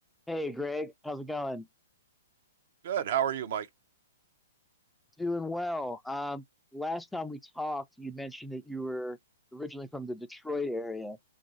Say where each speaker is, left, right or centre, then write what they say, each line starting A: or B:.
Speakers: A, in the centre; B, on the right (about 55°).
A: Hey Greg, how's it going?
B: Good. How are you, Mike?
A: Doing well. Um, last time we talked, you mentioned that you were originally from the Detroit area,